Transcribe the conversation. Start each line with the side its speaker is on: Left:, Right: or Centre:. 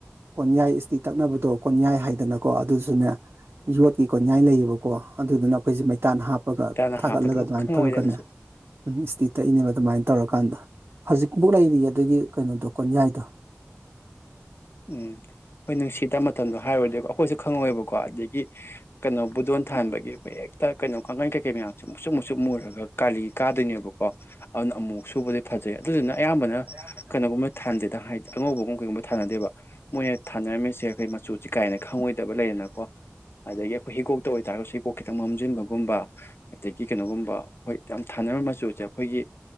Right: ꯀꯣꯟꯌꯥꯏ ꯏꯁꯇꯤꯛ ꯇꯛꯅꯕꯗꯣ ꯀꯣꯟꯌꯥꯏ ꯍꯥꯏꯗꯅꯀꯣ ꯑꯗꯨꯁꯨꯅꯦ ꯌꯣꯠꯀꯤꯀꯣꯟꯉꯥꯏ ꯂꯩꯌꯦꯕꯀꯣ ꯑꯗꯨꯗꯨꯅ ꯑꯩꯈꯣꯏꯁꯦ ꯃꯩꯇꯥꯟ ꯍꯥꯞꯄꯒ
Left: ꯏꯇꯥꯅ ꯍꯥꯞꯄꯗꯣ
Right: ꯊꯥꯒꯠꯂꯒ
Left: ꯑꯩꯈꯣꯏ
Right: ꯑꯗꯨꯃꯥꯏꯅ
Left: ꯈꯪꯉꯧꯋꯦꯗ
Right: ꯇꯧꯔꯒꯅꯦ
Left: ꯑꯗꯨꯁꯨ
Right: ꯎꯝ ꯏꯁꯇꯤ ꯇꯛꯏꯅꯦꯕ ꯑꯗꯨꯃꯥꯏꯅ ꯇꯧꯔꯀꯥꯟꯗ ꯍꯧꯖꯤꯛꯐꯨꯛ ꯂꯩꯔꯤꯌꯦ ꯑꯗꯨꯒꯤ ꯀꯩꯅꯣꯗꯣ ꯀꯣꯟꯌꯥꯏꯗꯣ
Left: ꯎꯝ ꯍꯣꯏ ꯅꯨꯡꯁꯤꯠꯗ ꯃꯇꯝꯗꯣ ꯍꯥꯏꯔꯨꯔꯗꯤꯀꯣ ꯑꯩꯈꯣꯏꯁꯨ ꯈꯪꯉꯑꯦꯕꯀꯣ ꯑꯗꯨ ꯀꯩꯅꯣ ꯕꯨꯗꯣꯟ ꯊꯥꯟꯕꯒꯤ ꯑꯩꯈꯣꯏ ꯍ‌ꯦꯛ ꯇꯥ ꯀꯩꯅꯣ ꯀꯥꯡꯈꯟ ꯀꯩꯀꯩ ꯃꯌꯥꯝꯁꯦ ꯃꯨꯁꯨꯨꯞ ꯃꯨꯁꯨꯨꯞ ꯃꯨꯔꯒ ꯀꯥꯂꯤ ꯀꯥꯗꯣꯏꯅꯦꯕꯀꯣ ꯑꯗꯨꯅ ꯑꯃꯨꯃꯨꯛ ꯁꯨꯕꯗꯤ ꯐꯖꯩ ꯑꯗꯨꯗꯨꯅ ꯑꯌꯥꯝꯕꯅ
Right: ꯑꯩꯈꯣꯏꯗꯤ
Left: ꯀꯩꯅꯣꯒꯨꯝꯕ ꯊꯥꯟꯅꯗꯦꯗ ꯍꯥꯏꯗꯤ ꯑꯉꯧꯕꯒꯨꯝ ꯀꯩꯒꯨꯝꯕ ꯊꯥꯅꯗꯦꯕ ꯃꯣꯏꯅ ꯊꯥꯅꯔꯝꯃꯤꯁꯦ ꯑꯩꯈꯣꯏ ꯃꯆꯨꯁꯦ ꯀꯥꯏꯅ ꯈꯪꯉꯣꯏꯗꯕ ꯂꯩꯌꯦꯅꯀꯣ ꯑꯗꯒꯤ ꯑꯩꯈꯣꯏ ꯍꯤꯀꯣꯛꯇ ꯑꯣꯏꯕꯇꯥꯔꯒꯁꯨ ꯍꯤꯀꯣꯛ ꯈꯤꯇꯪ ꯃꯝꯁꯤꯟꯕꯒꯨꯝꯕ ꯑꯗꯒꯤ ꯀꯩꯅꯣꯒꯨꯝꯕ ꯍꯣꯏ ꯌꯥꯝ ꯊꯥꯅꯔ ꯃꯆꯨꯁꯦ ꯑꯩꯈꯣꯏꯒꯤ